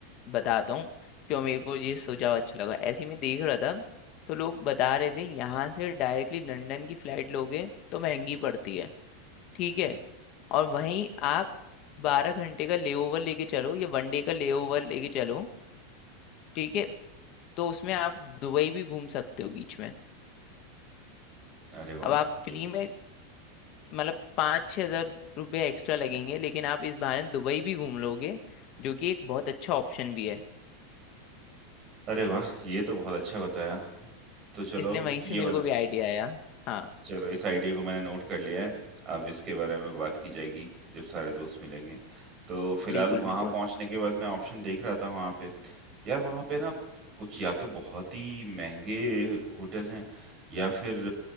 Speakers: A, on the left; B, on the right.
A: बताता हूँ क्यों मेरे को ये सुझाव अच्छा लगा ऐसे ही मैं देख रहा था तो लोग बता रहे थे यहाँ से डायरेक्टली लंदन की फ्लाइट लोगे तो महंगी पड़ती है ठीक
B: हम्म।
A: है और वहीं आप बारह घंटे का लेओवर लेके चलो या वन डे का लेओवर लेके चलो ठीक है तो उसमें आप दुबई भी घूम सकते हो बीच में
B: अरे वाह!
A: अब आप फ्री
B: ये
A: में मतलब पाँच छः हजार रुपया एक्स्ट्रा लगेंगे लेकिन आप इस बहाने दुबई भी घूम लोगे जो कि एक बहुत अच्छा ऑप्शन भी है
B: अरे वाह! ये तो बहुत अच्छा बताया। तो चलो
A: इसलिए
B: हम
A: वहीं से
B: ये
A: मेरे
B: वाला
A: को भी आइडिया आया हाँ
B: चलो इस आइडिया को मैंने नोट कर लिया है। अब इसके बारे में बात की जाएगी जब सारे दोस्त मिलेंगे। तो फिलहाल
A: बिल्कुल
B: वहाँ
A: बिल्कुल
B: पहुँचने के बाद मैं ऑप्शन देख रहा था वहाँ पे यार वहाँ पे ना कुछ या तो बहुत ही महंगे होटल हैं या फिर